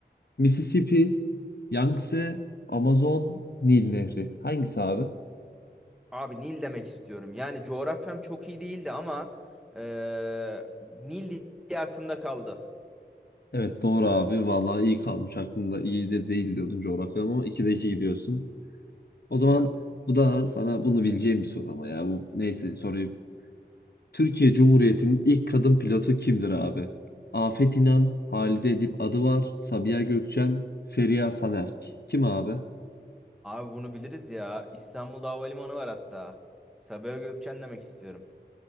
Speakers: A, on the left (about 60°); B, in the centre.
A: Mississippi, Yangtze, Amazon, Nil Nehri. Hangisi abi?
B: Abi Nil demek istiyorum. Yani coğrafyam çok iyi değildi ama eee, Nil diye aklımda kaldı.
A: Evet doğru abi. Vallahi iyi kalmış aklında. İyi de değil diyordun coğrafya ama 2'de 2 gidiyorsun. O zaman
B: Eyvallah.
A: bu da sana bunu bileceğim bir soru ama ya bu neyse soruyu Türkiye Cumhuriyeti'nin ilk kadın pilotu kimdir abi? Afet İnan, Halide Edip Adıvar, Sabiha Gökçen, Feriha Sanerk. Kim abi?
B: Abi bunu biliriz ya. İstanbul'da havalimanı var hatta. Sabiha Gökçen demek istiyorum.